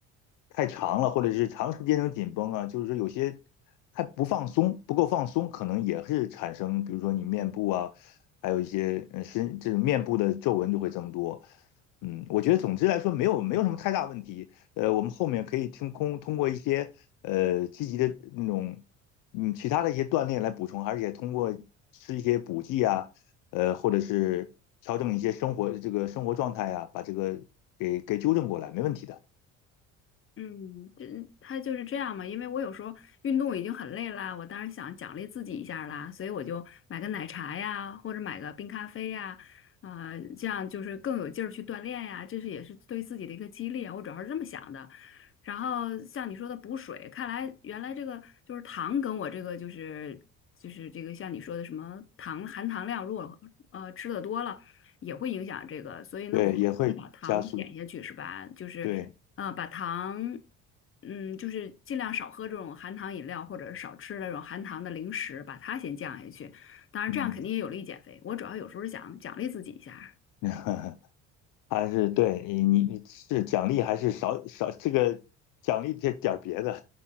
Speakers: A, on the left; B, on the left.
A: 太长了，或者是长时间那种紧绷啊，就是说有些还不放松，不够放松，可能也是产生，比如说你面部啊，还有一些嗯身这种面部的皱纹就会增多。嗯，我觉得总之来说没有没有什么太大问题。呃，我们后面可以听通通过一些呃积极的那种嗯其他的一些锻炼来补充，而且通过吃一些补剂啊，呃，或者是调整一些生活这个生活状态啊，把这个给给纠正过来，没问题的。
B: 嗯，这他就是这样嘛，因为我有时候运动已经很累啦，我当然想奖励自己一下儿啦，所以我就买个奶茶呀，或者买个冰咖啡呀，呃，这样就是更有劲儿去锻炼呀，这是也是对自己的一个激励啊，我主要是这么想的。然后像你说的补水，看来原来这个就是糖跟我这个就是就是这个像你说的什么糖含糖量，如果呃吃的多了也会影响这个，所以呢我得把糖减下去是吧？
A: 对，也会加速。
B: 就是。
A: 对，
B: 啊，把糖，嗯，就是尽量少喝这种含糖饮料，或者是少吃那种含糖的零食，把它先降下去。当然，
A: 嗯。
B: 这样肯定也有利于减肥。我主要有时候是想奖励自己一下，
A: <laughs> 还是对你你你是奖励还是少少这个奖励这点儿别的，